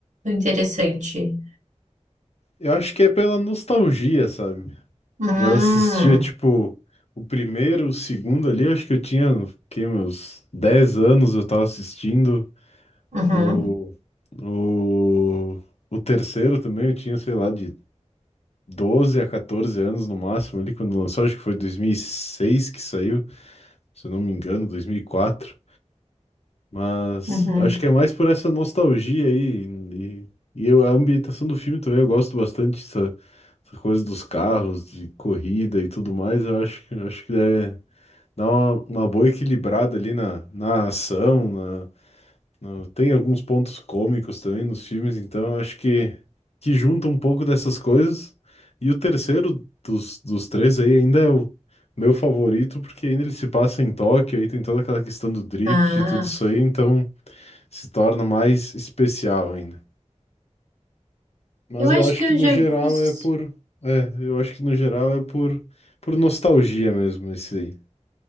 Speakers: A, on the right (about 80°); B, on the left (about 60°).
A: interessante?
B: Eu acho que é pela nostalgia, sabe?
A: Hum,
B: Eu assistia, tipo, o primeiro, o segundo ali, acho que eu tinha, o quê, meus 10 anos eu tava assistindo.
A: uhum,
B: O, o, o terceiro também eu tinha, sei lá, de 12 a 14 anos no máximo ali quando lançou, acho que foi 2006 que saiu, se eu não me engano, dois mil e quatro Mas
A: uhum.
B: acho que é mais por essa nostalgia aí e, e eu, a ambientação do filme também, eu gosto bastante dessa, essa coisa dos carros, de corrida e tudo mais. Eu acho que acho que é, dá uma, uma boa equilibrada ali na, na ação, no- Tem alguns pontos cômicos também nos filmes, então eu acho que, que junta um pouco dessas coisas. E o terceiro dos, dos três aí ainda é o meu favorito, porque ainda ele se passa em Tóquio, aí tem toda aquela questão do drift
A: Ah,
B: e tudo isso aí, então se torna mais especial ainda. Mas
A: eu acho
B: eu acho
A: que
B: que
A: eu
B: no
A: já
B: geral
A: vi isso.
B: é por. É, eu acho que no geral é por, por nostalgia mesmo, esse aí.